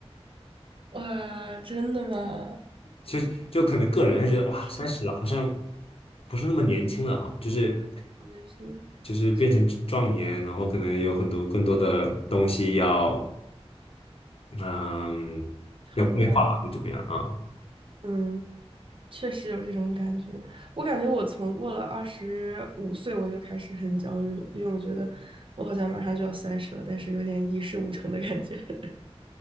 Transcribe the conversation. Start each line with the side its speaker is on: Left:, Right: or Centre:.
Right: 哇，真的吗？
Left: 就就可能个人会觉得哇，
Right: 就是
Left: 三十了好像不是那么年轻了哈，就是
Right: 我就是
Left: 就是变成壮年，
Right: 确实
Left: 然后可能有很多更多的东西要嗯要规划吧，
Right: 承担，
Left: 么样啊。
Right: 嗯，确实有这种感觉。我感觉我从过了二十五岁我就开始很焦虑了，因为我觉得我好像马上就要三十了，但是有点一事无成的感觉。<laughs>